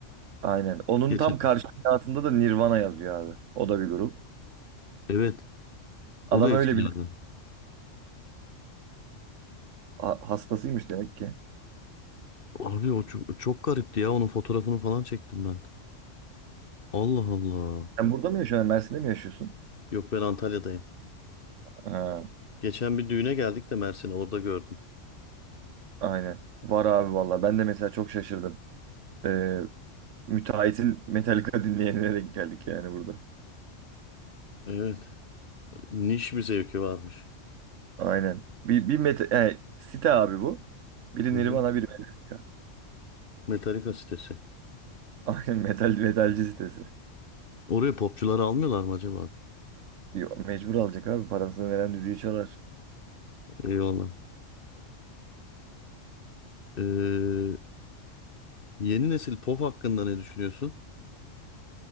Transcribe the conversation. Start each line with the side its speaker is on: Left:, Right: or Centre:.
Right: Aynen. Onun
Left: Geçen.
Right: tam karşı binasında da Nirvana yazıyor abi. O da bir grup.
Left: Evet.
Right: Adam
Left: O da
Right: öyle
Left: eskilerden.
Right: bir ha- hastasıymış demek ki.
Left: Abi o çok, çok garipti ya. Onun fotoğrafını falan çektim ben. Allah Allah.
Right: Sen burada mı yaşıyorsun? Mersin'de mi yaşıyorsun?
Left: Yok ben Antalya'dayım.
Right: Ha,
Left: Geçen bir düğüne geldik de Mersin'e orada gördüm.
Right: aynen. Var abi valla. Ben de mesela çok şaşırdım. Ee, müteahhitin Metallica <laughs> dinleyenlere denk geldik yani burada.
Left: Evet. Niş bir zevki varmış.
Right: Aynen. Bir, bir meta e, site abi bu. Biri
Left: Hı hı.
Right: Nirvana, biri Metallica.
Left: Metallica sitesi.
Right: Aynen metal metalci sitesi.
Left: Oraya popçuları almıyorlar mı acaba?
Right: Yo, Mecbur alacak abi parasını veren düdüğü çalar.
Left: Eyvallah. Ee, yeni nesil pop hakkında ne düşünüyorsun?